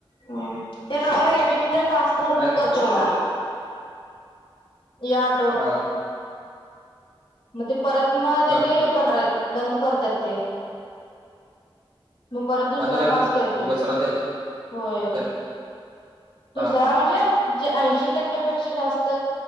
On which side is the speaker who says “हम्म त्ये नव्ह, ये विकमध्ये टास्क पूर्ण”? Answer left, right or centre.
Left